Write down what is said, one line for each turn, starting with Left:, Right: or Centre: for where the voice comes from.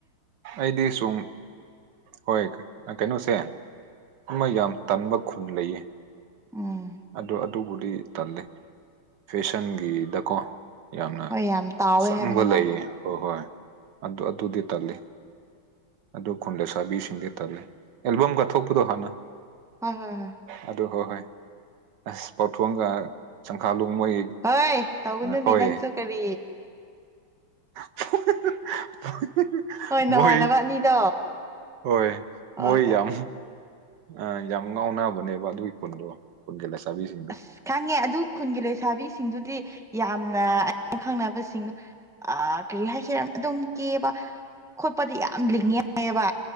Right: ꯑꯩꯗꯤ ꯁꯨꯡ ꯍꯣꯏ ꯑ ꯀꯩꯅꯣꯁꯦ ꯑꯃ ꯌꯥꯝ ꯇꯟꯕ ꯈꯨꯟ ꯂꯩꯌꯦ
Centre: ꯎꯝ
Right: ꯑꯗꯣ ꯑꯗꯨꯕꯨꯗꯤ ꯇꯜꯂꯦ ꯐꯦꯁꯟꯒꯤꯗꯀꯣ ꯌꯥꯝꯅ
Centre: ꯍꯣꯏ ꯌꯥꯝ ꯇꯥꯎꯋꯦ
Right: ꯆꯪꯕ
Centre: ꯍꯥꯏꯕꯅꯦꯕ
Right: ꯂꯩꯌꯦ ꯍꯣ ꯍꯣꯏ ꯑꯗꯨ ꯑꯗꯨꯗꯤ ꯇꯜꯂꯦ ꯑꯗꯨ ꯈꯨꯟ ꯂꯩꯁꯥꯕꯤꯁꯤꯡꯗꯤ ꯇꯜꯂꯦ ꯑꯦꯜꯕꯝ ꯀꯠꯊꯣꯛꯄꯗꯣ ꯍꯥꯟꯅ
Centre: ꯍ ꯍ ꯍ
Right: ꯑꯗꯨ ꯍꯣꯏ ꯍꯣꯏ ꯑꯁ ꯄꯥꯎꯊꯣꯛꯒ ꯁꯪꯈꯥ ꯂꯣꯡ ꯃꯣꯏ
Centre: ꯍꯣꯏ ꯇꯧꯒꯅꯨꯅꯦ
Right: ꯍꯣꯏ
Centre: ꯅꯪꯁꯨ ꯀꯔꯤ
Right: <unintelligible>
Centre: ꯍꯣꯏ ꯅꯃꯥꯟꯅꯕ
Right: ꯃꯣꯏ
Centre: ꯑꯅꯤꯗꯣ
Right: ꯍꯣꯏ
Centre: ꯍꯣꯏ
Right: ꯃꯣꯏ
Centre: ꯍꯣꯏ
Right: ꯌꯥꯝ ꯑ ꯌꯥꯝ ꯉꯥꯎꯅꯕꯅꯦꯕ ꯑꯗꯨꯒꯤ ꯈꯨꯟꯗꯣ ꯈꯨꯟꯒꯤ ꯂꯁꯥꯕꯤꯁꯤꯡꯗꯣ
Centre: ꯑꯁ ꯈꯪꯉꯦ ꯑꯗꯨ ꯈꯨꯟꯒꯤ ꯂꯩꯁꯥꯕꯤꯁꯤꯡꯗꯨꯗꯤ ꯌꯥꯝꯅ ꯑ ꯈꯪꯅꯕꯁꯤꯡꯅ ꯑ ꯀꯔꯤ ꯍꯥꯏꯁꯤꯔꯦ ꯑꯗꯨꯝ ꯀꯦꯕ ꯈꯣꯠꯄꯗꯤ ꯌꯥꯝ ꯂꯤꯡꯉꯦ ꯍꯥꯏꯌꯦꯕ